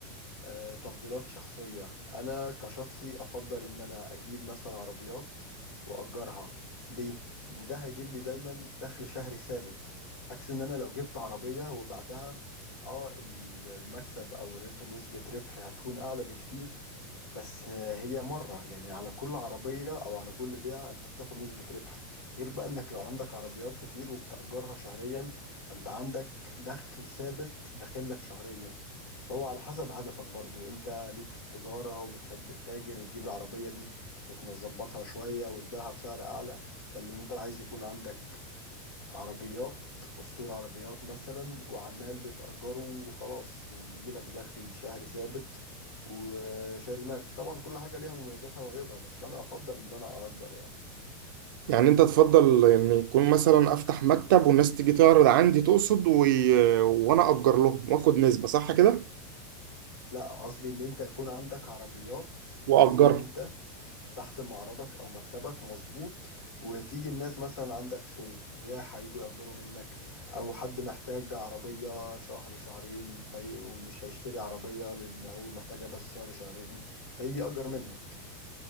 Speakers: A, on the left (about 75°); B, on the right (about 60°).
A: آه، تفضيلات شخصية أنا كشخصي أفضل إن أنا أجيب مثلا عربيات وأجرها ليه؟ لأن ده هيجيب لي دايما دخل شهري ثابت عكس إن أنا لو جبت عربية وبعتها اه المكسب أو الربح نسبة ربحي هتكون أعلى بكتير بس هي مرة يعني على كل عربية أو على كل بيعة أنت بتاخد نسبة ربح غير بقى إنك لو عندك عربيات كتير وبتأجرها شهريا فأنت عندك دخل ثابت داخلك شهريا فهو على حسب هدفك برضو أنت ليك في التجارة وبتحب التاجر وتجيب العربية دي وتظبطها شوية وتبيعها بسعر أعلى ولا أنت عايز يكون عندك عربيات أسطورة عربيات مثلا وعمال بتأجره وخلاص وبيجيلك دخل شهري ثابت وشاري دماغك طبعا كل حاجة ليها مميزاتها وعيوبها بس أنا أفضل إن أنا أأجر يعني
B: يعني انت تفضل ان يكون مثلا افتح مكتب والناس تيجي تعرض عندي تقصد و... وانا اجر لهم واخد نسبة صح كده
A: لا قصدي إن أنت يكون عندك عربيات
B: واجرها
A: ليك أنت تحت معرضك أو مكتبك مظبوط وتيجي الناس مثلا عندك سياح هيجوا يأجروا منك أو حد محتاج عربية شهر شهرين في ومش هيشتري عربية لأن هو محتاجها بس شهر شهرين فيجي يأجر منك